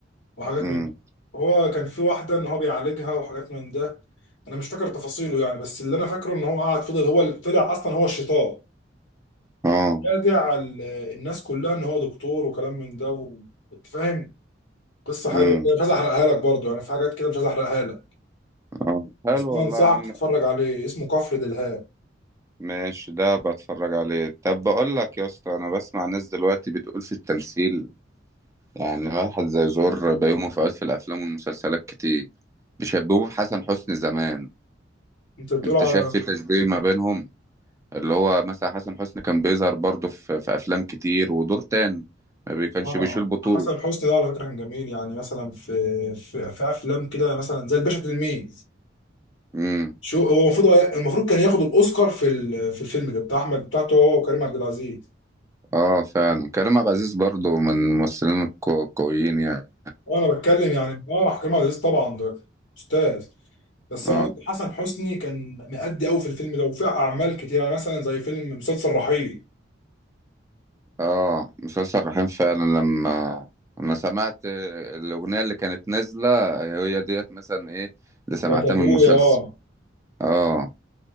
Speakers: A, on the left (about 80°); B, on the right (about 15°).
A: وحاجات
B: امم
A: من هو كان في واحده ان هو بيعالجها وحاجات من ده انا مش فاكر تفاصيله يعني بس اللي انا فاكره ان هو قعد فضل هو اللي طلع اصلا هو الشيطان
B: اه
A: خادع ال- الناس كلها ان هو دكتور وكلام من ده و- وانت فاهم قصه حلوه
B: امم
A: كده مش عايز احرقها لك برضه يعني في حاجات كده مش عايز احرقها لك
B: اه حلو
A: بس انا
B: والله
A: انصحك
B: يا عم
A: تتفرج عليه اسمه كفر دلهاب
B: ماشي ده بتفرج عليه طب بقول لك يا اسطى انا بسمع ناس دلوقتي بتقول في التمثيل يعني واحد زي زور بيومه فؤاد في الافلام والمسلسلات كتير بيشبهوه بحسن حسني زمان
A: انت بتقول
B: انت
A: على
B: شايف في تشبيه ما بينهم اللي هو مثلا حسن حسني كان بيظهر برضه في في افلام كتير ودور تاني ما بي- كانش
A: اه آه.
B: بيشيل بطولة
A: حسن حسني ده على فكره كان جميل يعني مثلا في في, في افلام كده مثلا زي الباشا تلميذ
B: امم
A: شو هو المفروض المفروض كان ياخد الاوسكار في ال- في الفيلم ده بتاع احمد بتاعته هو وكريم عبد العزيز
B: اه فعلا كريم عبد العزيز برضو من الممثلين القو- القويين يعني
A: وانا بتكلم يعني اه كريم عبد العزيز طبعا ده استاذ بس
B: اه
A: انا قلت حسن حسني كان مأدي قوي في الفيلم ده وفي اعمال كتير يعني مثلا زي فيلم مسلسل رحيل
B: اه مسلسل رحيم فعلا لما انا سمعت الاغنيه اللي كانت نازله هي ديت مثلا ايه اللي سمعتها
A: بتاعت ابويا
B: من المسلسل
A: اه
B: اه